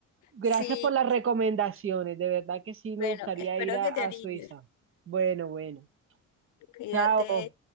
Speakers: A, on the right (about 45°); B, on the left (about 75°).
A: Gracias
B: Sí,
A: por las recomendaciones, de verdad que sí me
B: bueno,
A: gustaría
B: espero
A: ir a,
B: que te animes.
A: a Suiza. Bueno, bueno,
B: Cuídate.
A: chao.